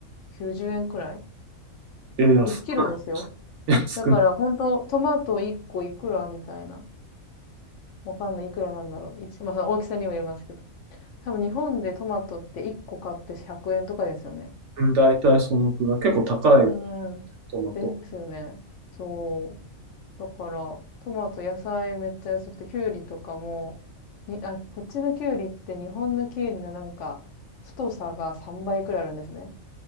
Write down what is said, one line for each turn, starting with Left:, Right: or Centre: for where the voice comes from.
Left: 90円くらい
Right: い。え、安く
Left: ?1 キロですよ。
Right: ない、<laughs> 安くない。
Left: だから本当トマト1個いくらみたいな。わかんないいくらなんだろう。一、まあその大きさにもよりますけど。多分日本でトマトって1個買って100円とかですよね。
Right: うん大体そのくらい。結構高い
Left: うん。
Right: トマト。
Left: ですよね。そう。だから、トマト、野菜めっちゃ安くて、きゅうりとかも、にあ、こっちのきゅうりって日本のきゅうりのなんか、太さが3倍くらいあるんですね。